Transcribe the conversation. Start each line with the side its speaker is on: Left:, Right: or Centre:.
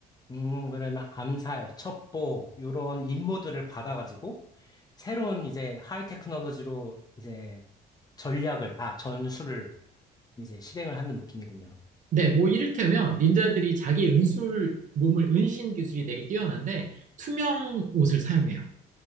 Left: 음, 그러면 암살, 첩보, 요런 임무들을 받아가지고, 새로운 이제 하이 테크놀로지로 이제 전략을, 아, 전술을 이제 실행을 하는 느낌이군요.
Right: 네, 뭐 이를테면 닌자들이 자기 은술 몸을 은신 기술이 되게 뛰어난데 투명 옷을 사용해요.